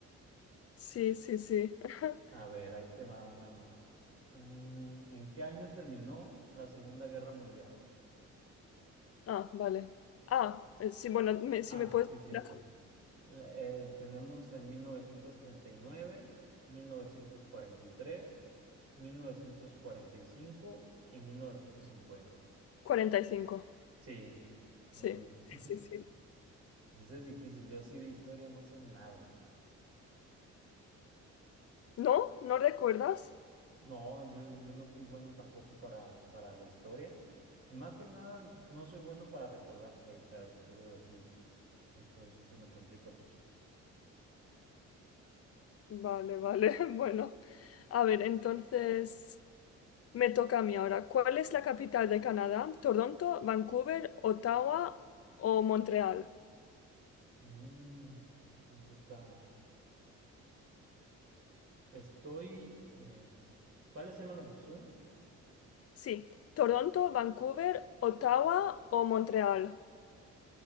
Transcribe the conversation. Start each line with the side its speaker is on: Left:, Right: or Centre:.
Left: Sí, sí, sí. <laughs>
Right: A ver, ahí te va una más. Mm, ¿en qué año terminó la Segunda Guerra Mundial?
Left: Ah, vale. Ah, eh, sí, bueno, me- si
Right: Ah,
Left: me puedes...
Right: sí,
Left: decir
Right: cierto.
Left: la-
Right: La- eh, tenemos en mil novecientos treinta y nueve, mil mil mil novecientos novecientos novecientos cuarenta cuarenta y y y tres, cinco cincuenta.
Left: cuarenta y cinco
Right: Sí, muy
Left: Sí,
Right: bien. <laughs>
Left: sí, sí. sí.
Right: Eso es difícil. Yo así de historia no sé nada.
Left: ¿No? ¿No recuerdas?
Right: No, yo, yo no fui bueno tampoco para, para la historia. Más que nada, no soy bueno para recordar fechas y cosas así. Entonces sí se me complica poquito.
Left: Vale, vale. <laughs> Bueno, a ver, entonces me toca a mí ahora. ¿Cuál es la capital de Canadá? ¿Toronto, Vancouver, Ottawa o Montreal?
Right: Mm, eso está. Estoy, a ver, ¿cuáles eran las opciones?
Left: Sí, Toronto, Vancouver, Ottawa o Montreal.